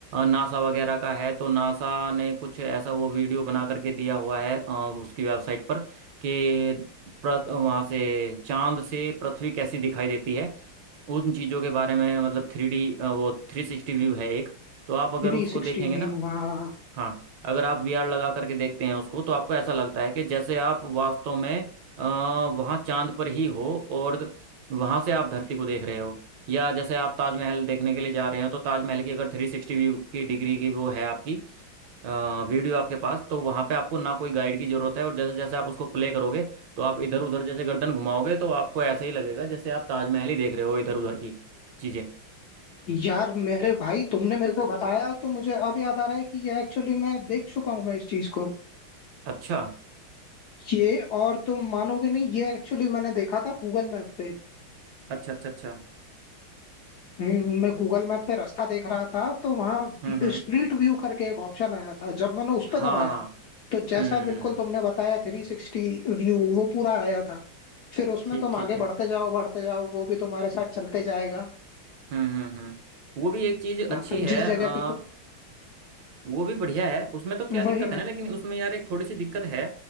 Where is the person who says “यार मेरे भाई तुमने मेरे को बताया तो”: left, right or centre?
Left